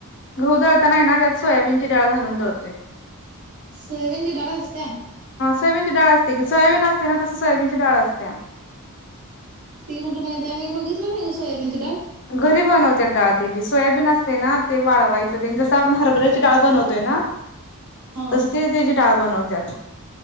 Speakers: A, on the left (about 55°); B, on the right (about 80°).
A: घहू दळताना हाय ना त्यात सोयाबीनची डाळ घालून दळतोय.
B: सोयाबीनची डाळ असत्या.
A: सोयाबीन ची डाळ असत्या की सोयाबीन असते ना तस सोयाबीन ची डाळ असत्या.
B: ती कुठू मिळत्या मी बघितलं नाही ग सोयाबीन डाळ.
A: घरी बनवत्यात डाळ त्याजी सोयाबीन असते ना ते वाळवायचं तेन जसं आपण हरभऱ्याची डाळ बनवतोय. ना
B: हा
A: तसं ते त्याजी डाळ बनवत्यात.